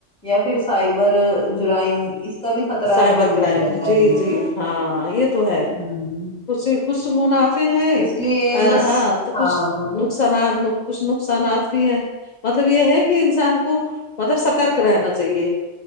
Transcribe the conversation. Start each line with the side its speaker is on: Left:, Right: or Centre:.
Centre: یا پھر سائبر جرائم اس کا بھی خطرہ
Left: سائبر
Centre: موجود
Left: کرائم
Centre: رہتا
Left: جی
Centre: ہے ان میں
Left: جی
Centre: ہے نا
Left: ہاں یہ تو ہے
Centre: ہوں
Left: کچھ کچھ منافے ہیں
Centre: اس لیے بس
Left: ہاں تو
Centre: ہاں
Left: کچھ نقص تنانو کچھ نقصانات بھی ہیں مطلب یہ ہے کہ انسان کو مطلب سترک رہنا چاہیے